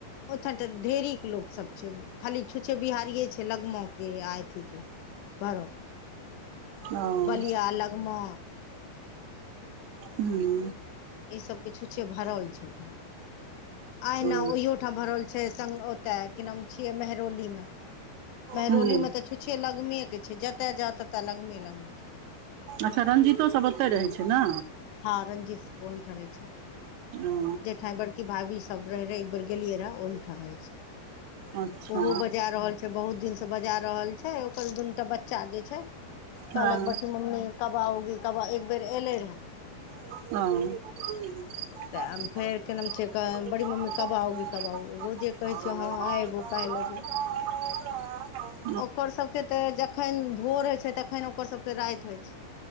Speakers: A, on the left; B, on the right.
A: ओहिठा त ढे़रिक लोक सब छै खाली छुछे बिहारिए छै लगमो के आ अथी के भरल
B: ओ
A: बलिया लगमा
B: हू
A: ई सबके छुछे भरल छै ओहिठा आयना
B: ओ
A: ओहियो ठाम भरल छै ओतय कि नाम छियै मेहरोली मे मेहरोली
B: हुँ
A: मे त छुछे लगमे के छै जते जाय तते लगमे लगमे के
B: अच्छा रंजीतो सब ओते रहै छै ने
A: हँ रणजीत ओहिठा रहे छै
B: ओ
A: जेठा बड़की भाभी सब रहे रहे एक बेेर गेलियै रहे ओहिठा रहय छै
B: अच्छा
A: ओहो बजाए रहल छै बहुत दिन सँ बजाए रहल छै ओकर दुनू टा बच्चा जे छै कहलक
B: हँ
A: बड़की मम्मी कब आओगी कब एक बेर एले रहै
B: हॅ <unintelligible>
A: तऽ फेर की नाम छै बड़ी मम्मी कब आओगी कब आओगी रोजे कहै छियै हँ आइ एबौ काल्हि एबौ
B: <unintelligible>
A: ओकर सबके ते जखन भोर होय छैय तखन ओकर सबके राति होइ छैए